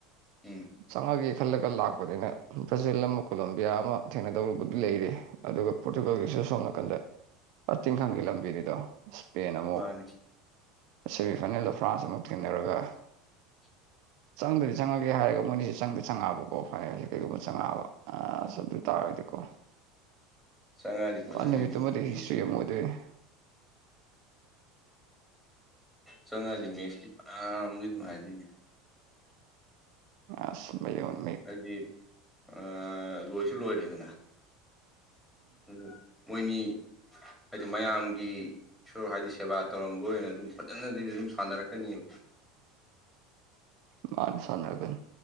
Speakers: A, in the centre; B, on the right.
A: ꯎꯝ
B: ꯆꯪꯉꯥꯒꯦ ꯈꯜꯂꯒ ꯂꯥꯛꯄꯅꯤꯅ ꯕ꯭ꯔꯖꯤꯜꯑꯝꯃ ꯀꯣꯂꯝꯕꯤꯌꯥ ꯑꯃ ꯊꯦꯡꯅꯗꯧꯔꯨꯕꯗꯤ ꯂꯩꯔꯤ ꯑꯗꯨꯒ ꯄꯣꯔꯇꯨꯒꯜꯒꯤꯁꯨ ꯑꯁꯣꯝ ꯅꯥꯀꯟꯗ ꯑꯥ ꯇꯤꯡꯈꯪꯒꯤ ꯂꯝꯕꯤꯅꯤꯗꯣ ꯏꯁꯄꯦꯟ ꯑꯃꯨꯛ
A: ꯃꯥꯅꯤ
B: ꯁꯦꯃꯤꯐꯥꯏꯅꯦꯜꯗ ꯐ꯭ꯔꯥꯟꯁ ꯑꯃꯨꯛ ꯊꯦꯡꯅꯔꯒ
A: <inaudible>
B: ꯆꯪꯗꯗꯤ ꯆꯪꯉꯒꯦ ꯍꯥꯏꯔꯒ ꯃꯣꯏꯅꯤꯖꯦ ꯆꯪꯗꯤ ꯆꯪꯉꯛꯑꯕꯀꯣ ꯐꯥꯏꯅꯦꯜꯁꯦ ꯀꯩꯒꯨꯝꯕ ꯆꯪꯉꯑꯕ ꯑꯁ ꯑꯗꯨꯏ ꯇꯥꯔꯒꯗꯤꯀꯣ
A: ꯆꯪꯉꯛꯑꯗꯤ
B: ꯄꯨꯔꯥ
A: ꯐꯖꯗꯣꯏꯅꯤ
B: ꯅꯨꯃꯤꯠꯇꯨꯃꯗꯤ
A: ꯃꯦꯠꯁꯇꯤ
B: ꯍꯤꯁꯇ꯭ꯔꯤ ꯑꯃ ꯑꯣꯏꯗꯣꯏꯅꯤ
A: ꯆꯪꯉꯥꯗꯤ ꯃꯦꯁꯇꯤ ꯐꯅꯥꯝꯗꯤ ꯅꯨꯡꯉꯥꯏꯗꯣꯏꯅꯦ
B: ꯑꯁ ꯃꯩ ꯍꯧꯑꯧ
A: ꯍꯥꯏꯗꯤ ꯑꯥ ꯂꯣꯏꯁꯨ ꯂꯣꯏꯔꯦꯗꯅ ꯎꯝ ꯃꯣꯏꯅꯤ ꯍꯥꯏꯗꯤ ꯃꯌꯥꯝꯒꯤ ꯏꯁꯣꯔ ꯍꯥꯏꯗꯤ ꯁꯦꯕꯥ ꯇꯧꯔꯝꯕ ꯑꯣꯏꯅ ꯑꯗꯨꯝ ꯐꯖꯅꯗꯗꯤ ꯑꯗꯨꯝ ꯁꯥꯟꯅꯔꯛꯀꯅꯤꯕ
B: ꯃꯥꯅꯤ ꯁꯥꯟꯅꯔꯒꯟ